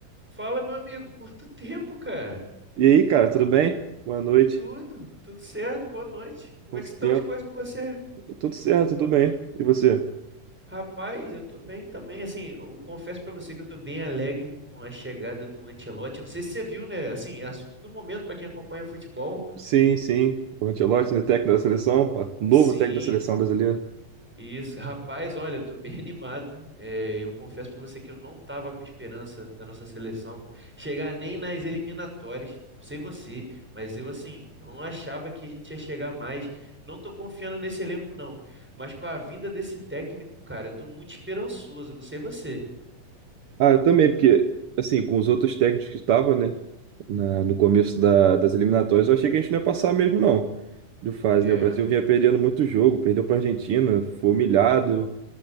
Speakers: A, in the centre; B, on the right (about 70°).
A: Fala, meu amigo, quanto tempo, cara?
B: E aí, cara, tudo bem? Boa noite.
A: Tudo, tudo certo, boa noite. Como
B: Quanto
A: é que estão
B: tempo?
A: as coisas com você?
B: Tudo certo, tudo bem. E você?
A: Rapaz, eu tô bem também. Assim, eu confesso pra você que eu tô bem alegre com a chegada do Ancelotti. Eu Não sei se você viu, né? Assim, é assunto do momento pra quem acompanha futebol.
B: Sim, sim. O Ancelotti, né, técnico da seleção, ó, novo
A: Sim,
B: técnico da seleção brasileira.
A: Isso, rapaz, olha, eu tô bem <laughs> animado. É, eu confesso pra você que eu não tava com esperança da nossa seleção chegar nem nas eliminatórias. Não sei você, mas eu assim, não achava que a gente ia chegar mais. Não tô confiando nesse elenco não, mas com a vinda desse técnico, cara, eu tô muito esperançoso, não sei você.
B: Ah, eu também, porque, assim, com os outros técnicos que estavam, né, na- no começo da- das eliminatórias, eu achei que a gente não ia passar mesmo, não, de fase,
A: É,
B: né? O Brasil vinha perdendo muito jogo, perdeu para a Argentina, foi humilhado,